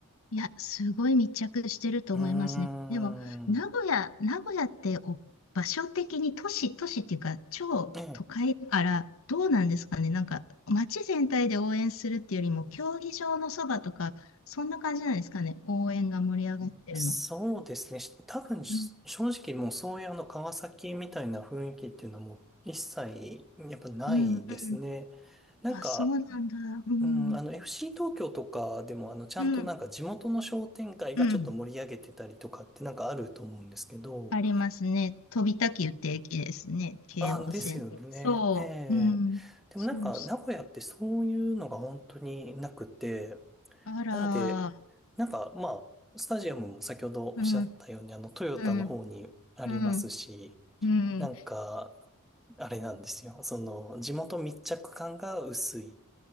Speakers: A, on the left; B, in the centre.
A: いや、すごい密着してると思いますね。
B: うーん。
A: でも、名古屋、名古屋ってお場所的に都市、都市っていうか、超都会だから、
B: え
A: どうなんですかね。なんか、街全体で応援するっていうよりも、競技場のそばとか、そんな感じなんですかね。応援が盛り上がってるの。
B: え、そうですね。し多分、し正直もうそういうあの川崎みたいな雰囲気っていうのはもう一切やっぱないですね。
A: うん、うん、うん。
B: なんか、
A: あ、そうなんだ。うん、
B: うん、あの FC 東京とかでもあのちゃんとなんか地元の商店街がちょっと盛り上げてたりとかってなんかあると思うんですけど、
A: うん、うん。ありますね。飛び田急って駅ですね。京王線。
B: あ、ですよね。
A: そう、
B: ええ。
A: うん。
B: でもなんか名古屋ってそういうのが本当になくて、
A: そうそう。あら、
B: なんで、なんかまあ、スタジアムも先ほどおっしゃったように、
A: うん。
B: あの、トヨタの方にありますし、
A: うん、うん、うん、
B: なんか、あれなんですよ。その、地元密着感が薄い。